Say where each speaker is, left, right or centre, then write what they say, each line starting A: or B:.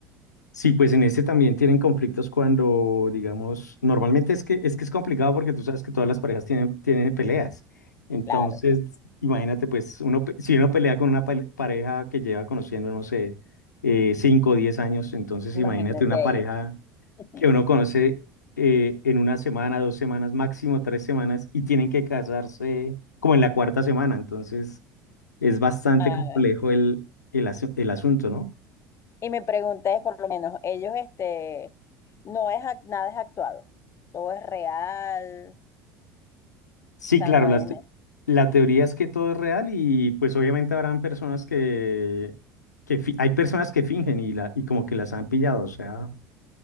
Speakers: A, on the left (about 80°); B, on the left (about 30°).
A: Sí, pues en este también tienen conflictos cuando, digamos, normalmente es que es que es complicado porque tú sabes que todas las parejas tienen, tienen peleas. Entonces,
B: Claro, claro.
A: imagínate, pues, uno, pe- si uno pelea con una pale- pareja que lleva conociendo, no sé, eh, 5 o 10 años, entonces
B: Imagínate
A: imagínate una pareja
B: ahí. <laughs>
A: que uno conoce eh, en una semana, dos semanas, máximo tres semanas, y tienen que casarse como en la cuarta semana. Entonces, es bastante
B: Ah,
A: complejo el, el, asu- el asunto, ¿no?
B: Y me pregunté, por lo menos, ellos, este, no es, ac- nada es actuado, todo es real,
A: Sí,
B: o sea,
A: claro,
B: no
A: la,
B: es,
A: te- la teoría es que todo es real y pues obviamente habrán personas que, que fi- hay personas que fingen y, la, y como que las han pillado, o sea,